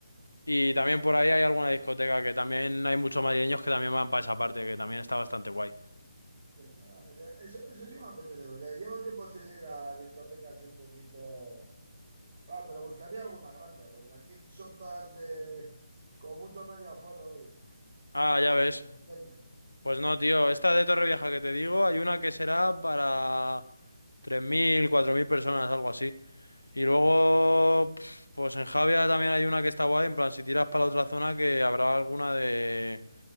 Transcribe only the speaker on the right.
mm.
Sí, no, ya- eso, eso sí me apetece, porque llevo tiempo sin ir a discotecas y un poquito. Ah, pero buscaría alguna grande, porque aquí son todas de con mucho medio aforo y pah,
o va,
incluso
pequeñas.
Ah,
sí,